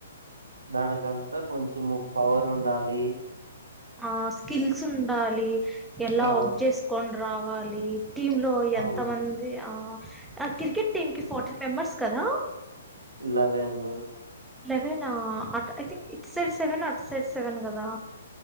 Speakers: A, on the right; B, in the centre.
A: దానికంతా కొంచెము పవర్ ఉండాలి
B: ఆ స్కిల్స్ ఉండాలి ఎలా
A: ఆ
B: ఔట్చేసుకొనీ రా వాలి టీమ్ లో
A: అవును
B: ఎంత మంది ఆ క్రికెట్ టీమ్ కి ఫోర్ర్టీన్ మెంబర్స్ కదా
A: లెవెన్
B: లెవన్ ఆ అటు I think it's side seven or ఇటు సైడ్ సెవెన్ కదా